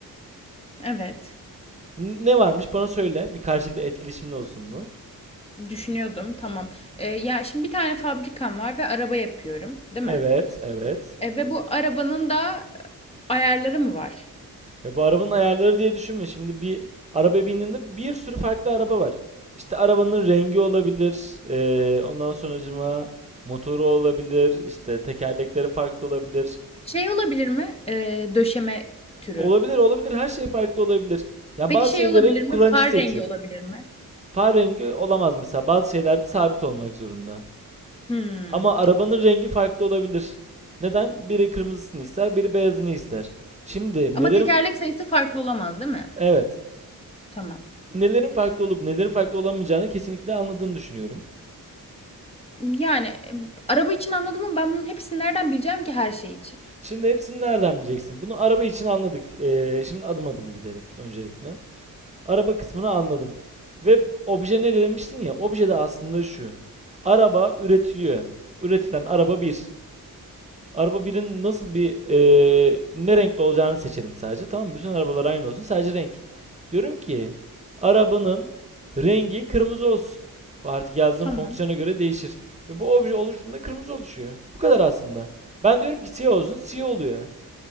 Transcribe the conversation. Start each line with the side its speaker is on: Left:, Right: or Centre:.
Left: evet.
Right: N- Ne varmış bana söyle. Bir karşılıklı etkileşimli olsun bu.
Left: Düşünüyordum. Tamam. E, ya şimdi bir tane fabrikam var ve araba yapıyorum, değil
Right: Evet,
Left: mi?
Right: evet.
Left: E, ve bu Evet. arabanın da e, ayarları mı var?
Right: Ya bu arabanın ayarları diye düşünme. Şimdi bir araba bindiğinde bir sürü farklı araba var. İşte arabanın rengi olabilir. eee, ondan sonracıma motoru olabilir. işte tekerlekleri farklı olabilir.
Left: Şey olabilir mi? E, döşeme türü.
Right: Olabilir, olabilir. Her şey farklı olabilir. Yani
Left: Peki
Right: bazı
Left: şey
Right: şeyleri
Left: olabilir
Right: kullanıcı
Left: mi? Far
Right: seçiyor.
Left: rengi olabilir mi?
Right: Far rengi olamaz mesela. Bazı şeylerde sabit olmak zorunda.
Left: Hmm.
Right: Ama arabanın rengi farklı olabilir. Neden? Biri kırmızısını ister, biri beyazını ister. Şimdi
Left: Ama
Right: nelerin
Left: tekerlek sayısı farklı olamaz, değil mi?
Right: evet,
Left: Tamam.
Right: nelerin farklı olup nelerin farklı olamayacağını kesinlikle anladığını düşünüyorum.
Left: Yani, emm, araba için anladım ama ben bunun hepsini nereden bileceğim ki her şey için?
Right: Şimdi hepsini nereden bileceksin? Bunu araba için anladık. Ee, şimdi adım adım gidelim öncelikle. Araba kısmını anladın. Ve obje ne demiştin ya? Obje de aslında şu. Araba üretiliyor. Üretilen araba bir. Araba birin nasıl bir eee, ne renkte olacağını seçelim sadece. Tamam mı? Bütün arabalar aynı olsun. Sadece renk. Diyorum ki arabanın rengi kırmızı olsun. Bu artık yazdığım
Left: Tamam.
Right: fonksiyona göre değişir. Ve bu obje oluştuğunda kırmızı oluşuyor. Bu kadar aslında. Ben diyorum ki siyah olsun. Siyah oluyor.